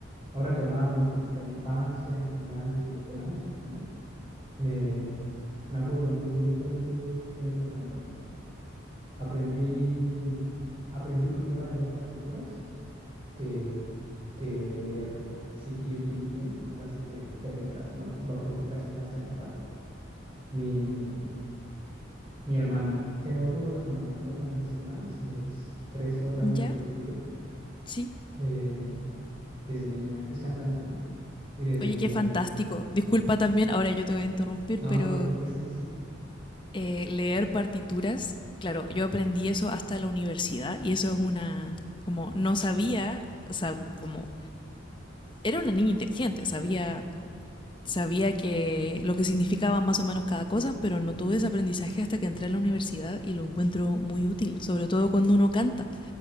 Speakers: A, on the right (about 30°); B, on the left (about 25°).
A: Ahora que hablábamos de, de la infancia en general, de, de la música, ¿no? Me, me acuerdo muy bien, yo también fui, fui niño cantor. Aprendí, aprendí primero a leer partituras que, que leer así bien, bien, bien. Ahora sí que, que letras, ¿no? Lo aprendí casi, casi a la par. Mi, mi hermana, tengo, tengo dos hermanas, ¿no? Una de mis hermanas es tres, cuatro años
B: ¿Ya?
A: mayor que yo.
B: Sí.
A: Eh, desde niña, es cantante, ¿no? Y desde
B: Oye,
A: niña
B: qué fantástico.
A: le,
B: Disculpa también, ahora yo te voy a interrumpir,
A: no,
B: pero
A: no te preocupes, sí, sí, sí,
B: eh, leer partituras, claro, yo aprendí eso hasta la universidad y eso es una, como no sabía, o sea, como era una niña inteligente, sabía, sabía que lo que significaba más o menos cada cosa, pero no tuve ese aprendizaje hasta que entré a la universidad y lo encuentro muy útil, sobre todo cuando uno canta.